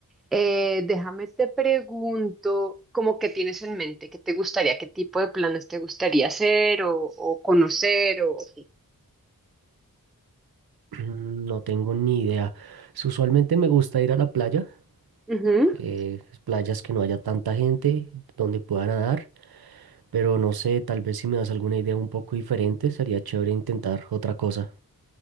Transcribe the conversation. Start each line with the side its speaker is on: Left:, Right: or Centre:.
Centre: Eh, déjame te pregunto, ¿cómo que tienes en mente? ¿Qué te gustaría? ¿Qué tipo de planes te gustaría hacer o, o conocer o qué?
Right: No tengo ni idea. S- Usualmente me gusta ir a la playa,
Centre: Ujú.
Right: eh, playas que no haya tanta gente, donde pueda nadar, pero no sé, tal vez si me das alguna idea un poco diferente, sería chévere intentar otra cosa.